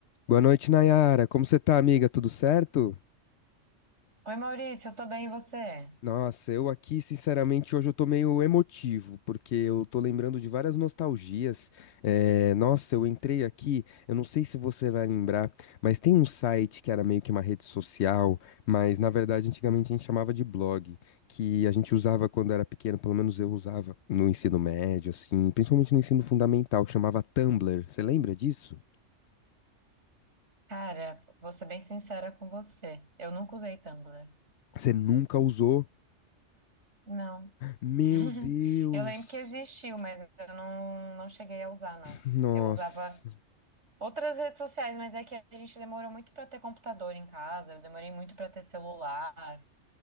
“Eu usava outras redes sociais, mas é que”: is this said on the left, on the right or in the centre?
Right